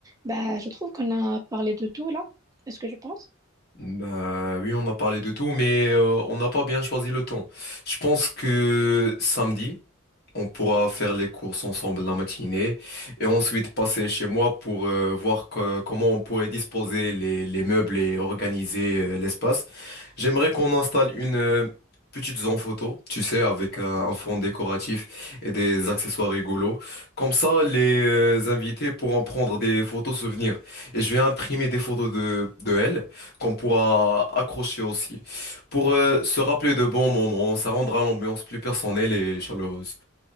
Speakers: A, on the right; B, on the left.
A: Bah, je trouve qu'on a parlé de tout là. Est-ce que je pense?
B: Bah oui, on a parlé de tout, mais euh, on n'a pas bien choisi le temps. Je pense que samedi. On pourra faire les courses ensemble la matinée et ensuite passer chez moi pour euh, voir co- comment on pourrait disposer les, les meubles et organiser euh, l'espace. J'aimerais qu'on installe une euh, petite zone photo, tu sais, avec un, un fond décoratif et des accessoires rigolos. Comme ça, les euh, invités pourront prendre des photos souvenirs. Et je vais imprimer des photos de, de elles qu'on pourra accrocher aussi. Pour euh, se rappeler de bons moments, ça rendra l'ambiance plus personnelle et chaleureuse.